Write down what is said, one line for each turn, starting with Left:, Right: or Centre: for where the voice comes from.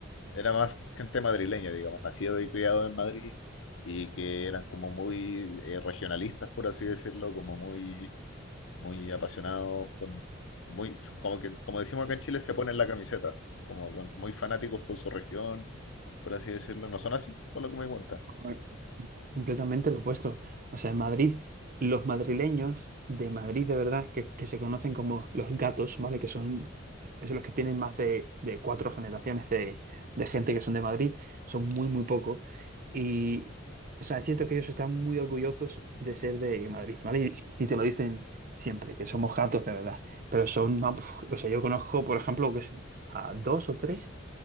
Left: era más gente madrileña, digamos, nacido y criado en Madrid y que eran como muy eh, regionalistas, por así decirlo, como muy, muy apasionados con, muy, como que, como decimos acá en Chile, se ponen la camiseta, como con- muy fanáticos con su región, por así decirlo. ¿No son así? Por lo que me cuenta.
Right: No, Completamente lo opuesto. O sea, en Madrid, los madrileños de Madrid de verdad, que, que se conocen como los gatos, ¿vale? Que son es los que tienen más de, de cuatro generaciones de, de gente que son de Madrid, son muy, muy pocos. Y, o sea, es cierto que ellos están muy orgullosos de ser de Madrid, ¿vale? Y, y te lo dicen siempre, que somos gatos de verdad. Pero son, más- o sea, yo conozco, por ejemplo, que es- a dos o tres